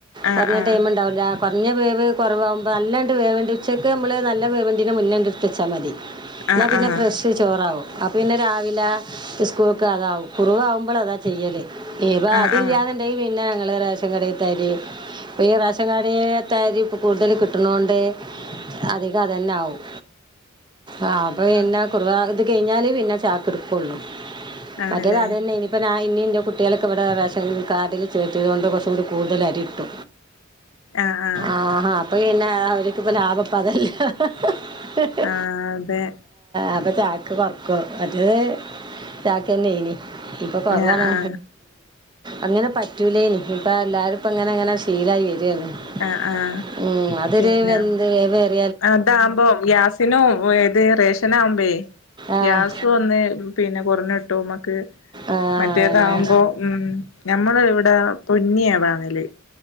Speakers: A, on the left (about 80°); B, on the right (about 20°).
A: ആഹ്
B: കുറഞ്ഞ
A: ആഹ്
B: ടൈമ ഉണ്ടാവില്ല കുറഞ്ഞ വേവ് കുറവവുമ്പോ <unintelligible> <unintelligible> വേണ്ടി ഉച്ചക്ക് നമ്മ നല്ല വേവാവുന്നതിന് മുന്നങ്ങട്ട് എടുത്ത് വച്ചാൽ മതി
A: ആഹ്
B: എന്നാ പിന്നെ
A: ആഹ് ആഹ്
B: ഫ്രഷ് ചോറാവും അപ്പൊ പിന്നെ രാവിലെ <unintelligible> കുറവാകുമ്പോൾ അതാ ചെയ്യല് ഇപ്പ
A: ആഹ്
B: അതില്ലാന്നുണ്ടെിൽ
A: ആഹ് ആഹ്
B: പിന്നെ <unintelligible> റേഷൻ കടതേ അരി ഇപ്പൊ ഈ റേഷൻ കടതേ അരി ഇപ്പ കൂടുതൽ കിട്ടണണ്ട്- അധിക അതന്നെ ആവും ആ അപ്പൊ പിന്നെ
A: ആഹ്
B: കുറവാ ഇത് കഴിഞ്ഞാല് പിന്നെ ചാക്ക് എടുക്കള്ളു
A: ആണല്ലേ
B: മറ്റേ അത്തന്നെ ഇനിയിപ്പൊ <unintelligible> ഇനിം ഇൻ്റെ കുട്ടികളെക്കെ ഇവിടെ റേഷൻ കാർഡിൽ ചേർത്തി കൊണ്ട് കുറച്ചും കൂടി കൂടുതൽ അരി ഇട്ടു
A: ആഹ് ആഹ്
B: ആഹഹാ അപ്പൊ പിന്നെ അവരിക്കിപ്പോ ലാഭം ഇപ്പൊ അതല്ലേ ഹ്ഹ്ഹ്
A: ആഹ് അതെ
B: അപ്പൊ ചാക്ക് കൊറക്കും മറ്റേത് <unintelligible> തന്ന ഇനി ഇപ്പൾ കുറവാണ്-
A: ആഹ് ആഹ്
B: അങ്ങനെ പറ്റൂല ഇനി ഇപ്പ എല്ലാരും ഇപ്പ ഇങ്ങനെങ്ങനെ ശീലായി വരന്ന്
A: ആഹ് ആഹ്
B: മ്മ്
A: പിന്നെ
B: <unintelligible>
A: അതാകുമ്പോ ഗ്യാസിനോ ഏത് റേഷന ആവുമ്പേ
B: ആ
A: ഗ്യാസ ഒന്ന് പിന്നെ കുറഞ്ഞുട്ടും മ്മക്ക്
B: ആ
A: മറ്റേതകുമ്പോ
B: അതന്നെ
A: ഉം ഞമ്മൾ ഇവിടെ പൊന്നിയാ വാങ്ങാല്